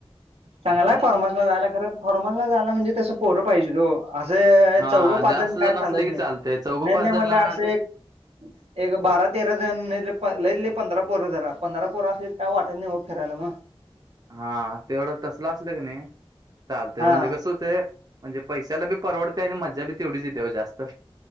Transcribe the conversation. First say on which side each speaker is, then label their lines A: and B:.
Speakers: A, on the right; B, on the right.
A: चांगलाय फॉर्मसला जायला खरं फॉर्मसला जायला म्हणजे तसं पोरं पाहिजेत ओ. असं
B: हा
A: चौघं, पाच
B: जास्त
A: जण काय
B: असले
A: चालत
B: की
A: नाहीत
B: चालतय चौघं पाच
A: नाही
B: जण
A: म्हटला
B: ना
A: असं
B: ते
A: एक एक बारा, तेरा जण लयतलय पंधरा पोर धरा. पंधरा पोर असले तर काय वाटत नाही हो फिरायला मग
B: हा तेवढं तसल असल की नाही चालतय
A: हा
B: म्हणजे कस होतय म्हणजे पैशाला बी परवडते आणि मज्जा बी तेवढच येते जास्त